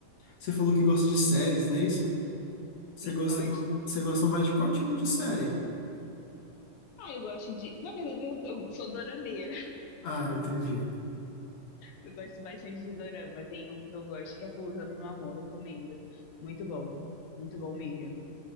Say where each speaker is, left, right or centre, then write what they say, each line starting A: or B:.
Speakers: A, on the left; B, on the left.
A: Você falou que gosta de séries, não é isso? Você
B: Sim,
A: gosta,
B: gosto.
A: você gosta mais de qual tipo de série?
B: Ah, eu gosto de. Na verdade, eu, eu sou dorameira. <laughs>
A: Ah, entendi.
B: Eu gosto bastante de dorama. Tem um que eu gosto que é Pousando no Amor, recomendo. Muito bom. Muito bom mesmo.